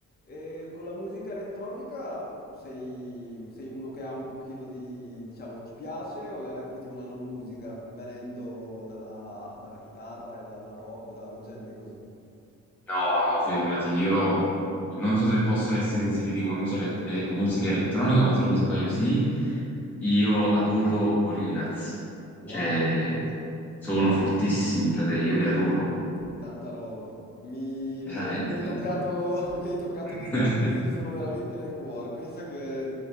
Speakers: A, on the left (about 30°); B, in the centre.
A: E con la musica elettronica sei, sei uno che ha un pochino di, diciamo, ti piace o la reputi una non musica, venendo dalla, dalla chitarra e da- dal rock o da generi così?
B: No, no, fermati. Io non so se possono essere inseriti come musica, elet- eh, musica elettronica, ma se non mi sbaglio, sì. Io adoro Gorillaz.
A: Wow.
B: Cioè, sono fortissimi, frate. Io li adoro.
A: Tanta roba. Mi,
B: Veramente,
A: mi hai, mi hai
B: tante
A: toccato,
B: robe.
A: <laughs> mi hai toccato
B: <laughs>
A: degli artisti che sono veramente nel cuore. Pensa che